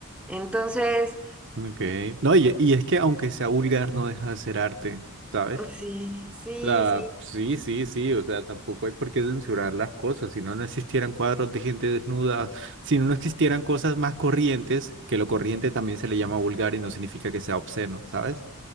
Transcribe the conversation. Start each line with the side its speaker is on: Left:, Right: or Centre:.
Centre: Entonces,
Right: Ok. No, y, y es que aunque sea vulgar, no deja de ser arte, ¿sabes?
Centre: sí, sí,
Right: La,
Centre: sí.
Right: sí, sí, sí, o sea, tampoco hay por qué censurar las cosas. Si no, no existieran cuadros de gente desnuda, si no, no existieran cosas más corrientes, que lo corriente también se le llama vulgar y no significa que sea obsceno, ¿sabes?